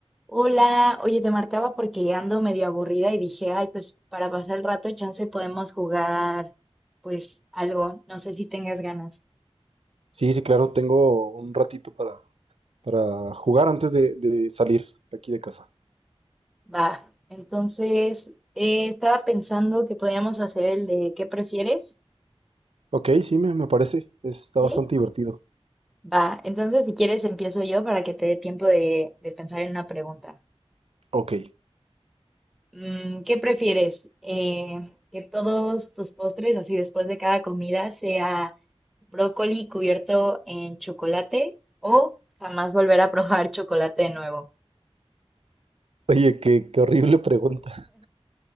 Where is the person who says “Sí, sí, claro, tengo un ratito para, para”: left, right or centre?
Right